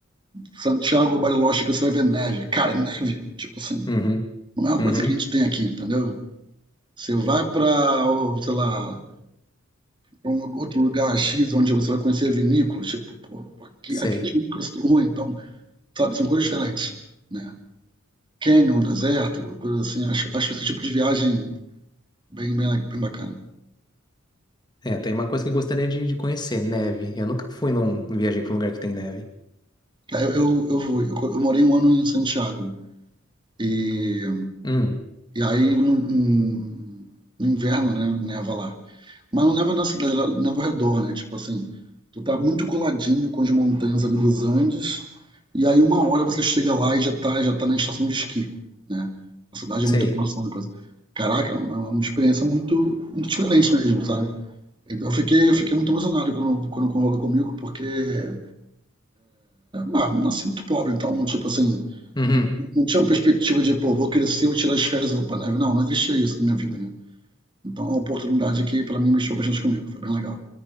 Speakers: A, on the right; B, on the left.
A: Santiago, Bariloche, que você vai ver neve. Cara, é neve. Tipo assim,
B: Uhum.
A: não é uma coisa
B: Uhum.
A: que a gente tem aqui, entendeu? Você vai pra, ou, sei lá, pra um outro lugar X, onde você vai conhecer vinícolas. Tipo, pô, aqui,
B: Sei.
A: aqui as vinícolas tudo ruim, então, sabe, são coisas diferentes, né? Canyon, deserto, coisas assim. Acho, acho esse tipo de viagem bem, bem, bem bacana.
B: É, tem uma coisa que eu gostaria de, de conhecer, neve. Eu nunca fui num... viajei pra um lugar que tem neve.
A: Aí Eu, eu, eu, fui- eu, co- eu morei um ano em Santiago. E,
B: Hum.
A: e aí, no, no no inverno, né, neva lá. Mas não leva na cidade, ela leva ao redor, né? Tipo assim, tu tá muito coladinho com as montanhas ali dos Andes, e aí uma hora você chega lá e já tá, já tá na estação de esqui, né? A cidade
B: Sei.
A: é muito próxima da coisa. Caraca, é uma é uma experiência muito, muito diferente mesmo, sabe? Eu fiquei, eu fiquei muito emocionado quando, quando rolou comigo, porque é, ah, nasci muito pobre, então, tipo assim,
B: Uhum.
A: não tinha uma perspectiva de, pô, vou crescer, vou tirar as férias e vou pra neve. Não, não existia isso na minha vida, né? Então, é uma oportunidade que, para mim, mexeu bastante comigo. Foi bem legal.